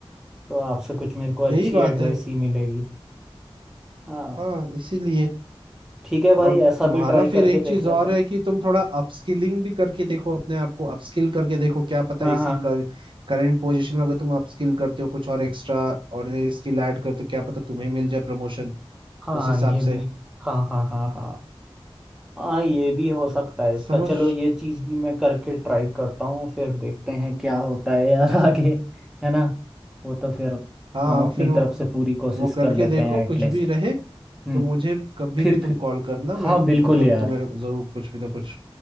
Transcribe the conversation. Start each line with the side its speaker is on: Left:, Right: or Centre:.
Centre: तो आपसे कुछ मेरे को अच्छी
Right: यही बात
Centre: एडवाइस
Right: है
Centre: ही मिलेगी हाँ
Right: हाँ इसीलिए
Centre: ठीक है भाई
Right: और
Centre: ऐसा
Right: तुम्हारा
Centre: भी ट्राई
Right: फिर
Centre: करके
Right: एक
Centre: देख
Right: चीज
Centre: लेते
Right: और
Centre: हैं
Right: है कि तुम थोड़ा अपस्किलिंग भी करके देखो अपने आप को अपस्किल करके देखो क्या पता
Centre: हाँ हाँ
Right: इसी कर, करंट पोजीशन में अगर तुम अपस्किल करते हो कुछ और एक्स्ट्रा ऑर्डिनरी स्किल ऐड करते हो क्या पता तुम्हें मिल जाए प्रमोशन
Centre: हाँ
Right: उस हिसाब
Centre: ये
Right: से
Centre: भी हाँ हाँ हाँ हाँ हाँ ये भी हो सकता है इसका
Right: समझ
Centre: चलो ये चीज भी मैं करके ट्राई करता हूँ फिर देखते हैं क्या होता है यार <laughs> आगे है ना वो तो फिर
Right: हाँ
Centre: हम अपनी
Right: फिर वो
Centre: तरफ से पूरी कोशिश
Right: वो करके
Centre: कर लेते
Right: देखो
Centre: हैं एटलीस्ट
Right: कुछ भी रहे
Centre: हम्म
Right: तो मुझे कभी
Centre: फिर
Right: भी तुम
Centre: फिर
Right: कॉल करना मैं
Centre: हाँ बिल्कुल
Right: मतलब
Centre: यार
Right: तुम्हें जरूर कुछ भी ना कुछ